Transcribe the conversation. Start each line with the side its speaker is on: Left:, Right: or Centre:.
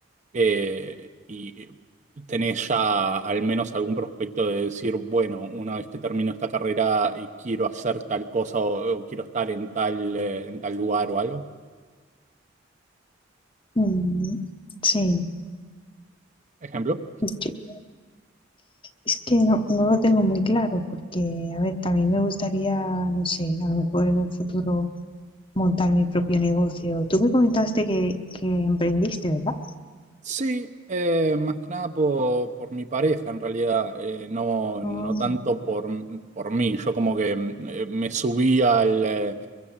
Right: eh, y tenés ya al menos algún prospecto de decir, bueno, una vez que termino esta carrera eh, quiero hacer tal cosa o, o quiero estar en tal, eh, en tal lugar o algo,
Left: mm, sí.
Right: ejemplo.
Left: Yo- es que no, no lo tengo muy claro porque, a ver, también me gustaría, no sé, a lo mejor en un futuro montar mi propio negocio. Tú me comentaste que, que emprendiste, ¿verdad?
Right: Sí, eh, más que nada por, por mi pareja en realidad, eh, no,
Left: Ah,
Right: no tanto por, por mí. Yo como que mm, eh, me subí al, eh,